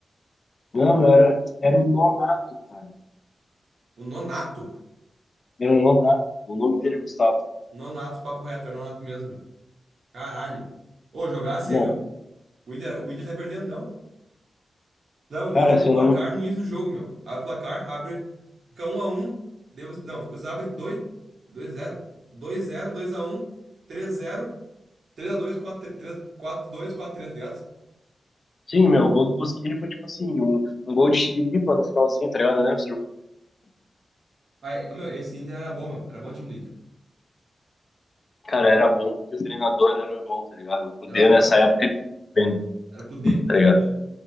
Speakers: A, on the left; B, on the right.
A: Não, era, era o Nonato, cara.
B: O Nonato.
A: Era o Nonato. O nome dele é Gustavo.
B: Nonato, papo reto, era o Nonato mesmo, meu. Caralho. Ô, jogasse
A: Não,
B: aí, meu. O Inter, o Inter tá perdendo, não? Não,
A: cara,
B: o Inter abre
A: seu
B: o placar
A: nome.
B: no início do jogo, meu. Abre o placar, abre. Fica um 1x1. Não, você abre dois, dois zero, dois zero, dois a um, três zero, três a dois, quatro, x 2 4x3, 4x2, tá ligado?
A: Sim, meu, o gol do Bosquilha foi tipo assim, um, um gol de chilipa no finalzinho, tá ligado? Né?
B: Aí, ô, meu, esse Inter era bom, meu. Era bom time do Inter.
A: Cara, era bom porque o treinador era bom, tá ligado? O Kudê
B: Era o Abel?
A: nessa época, ele tava bem,
B: Era o Kudê,
A: tá
B: era
A: ligado?
B: o Kudê.